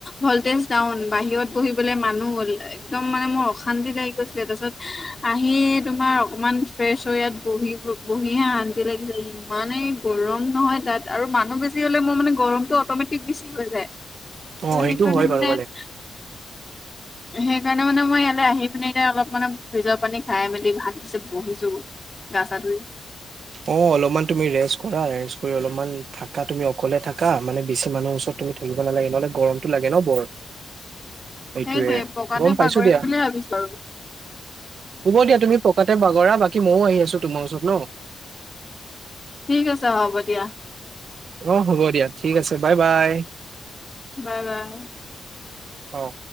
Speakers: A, on the left; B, on the right.
A: ভল্টেজ ডাউন বাহিৰত বহিবলে মানু হ'ল এক্দম মানে মোৰ অশান্তি লাগি গৈছিলে তাৰপিছত আহি তোমাৰ অকমান ফ্ৰেছৰ ইয়াত বহিব বঢ়িহা শান্তি লাগিছে ইমানেই গৰম নহয় তাত আৰু মানুহ বেছি মানে গৰমটো অ'মেটিক বেছি হৈ যায়
B: অ
A: সেইকাৰণে
B: সেইটো হয়
A: মানে
B: বাৰু
A: সেইকাৰণে মানে মই ইয়ালৈ আহি পিনে এতিয়া অলপ মানে ফ্ৰিজৰ পানী খাই মেলি ভাত দিছে বহিছো গাছা ছা ধুই
B: অ অলপমান তুমি ৰেষ্ট কৰা ৰেষ্ট কৰি অলপমান থাকা তুমি অকলে থাকা মানে বেছি মানুহৰ ওচৰত তুমি থাকিব নালাগে নহলে গৰমটো লাগে ন বৰ
A: <inaudible>
B: সেইটোয়ে
A: সেইটোৱে পকাতে
B: গম
A: বাগৰিম
B: পাইছো দিয়া
A: বুলি ভাবিছো আৰু
B: হব দিয়া তুমি তাতে বাগৰা বাকী ময়ো আহি আছো তোমাৰ ওচৰত ন
A: ঠিক আছে হ'ব দিয়া
B: অ হ'ব দিয়া ঠিক আছে বাই বাই
A: বাই বাই
B: অহ